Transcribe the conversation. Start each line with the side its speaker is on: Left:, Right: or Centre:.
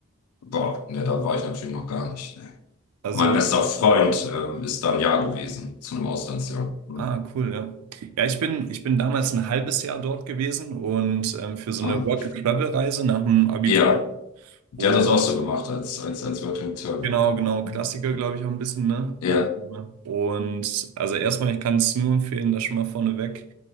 Left: Boah, ne, da war ich natürlich noch gar nicht. Ne.
Right: Also
Left: Mein bester Freund äh, ist da ein Jahr gewesen, zu einem Auslandsjahr. Hm.
Right: Ah, cool, ja. Ja, ich bin, ich bin damals ein halbes Jahr dort gewesen und ähm, für so
Left: Ah.
Right: eine Work-and-Travel-Reise nach dem Abitur.
Left: Ja, der
Right: Oh,
Left: hat das auch so gemacht, als, als, als wir den Turbo.
Right: genau, genau,
Left: Hm.
Right: Klassiker, glaube ich, auch ein bisschen, ne?
Left: Ja,
Right: Ähm, Und also erstmal, ich kann es nur empfehlen, das schon mal vorneweg.